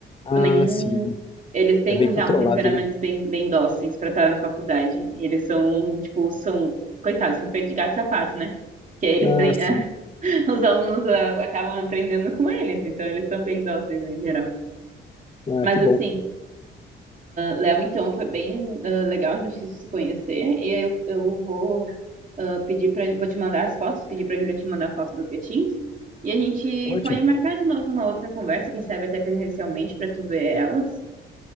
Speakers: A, on the right; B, on the left.
A: Tipo,
B: Ah,
A: nenhum.
B: sim.
A: Eles têm
B: É bem controlado,
A: já um temperamento
B: né?
A: bem, bem dóceis pra estar na faculdade. E eles são, tipo, são. Coitados, são feitos de gato e sapato, né? Que aí eles
B: Ah,
A: têm.
B: sim.
A: <laughs> Os alunos ah, acabam aprendendo com eles, então eles são bem dóceis em geral.
B: Ah,
A: Mas,
B: que bom.
A: assim. Léo, então, foi bem ah, legal a gente se conhecer. E aí eu, eu vou ah, pedir para, vou te mandar as fotos, pedir para a Júlia te mandar a foto dos gatinhos. E a gente
B: Ótimo.
A: pode marcar de novo uma outra conversa, quem sabe até presencialmente, para tu ver elas.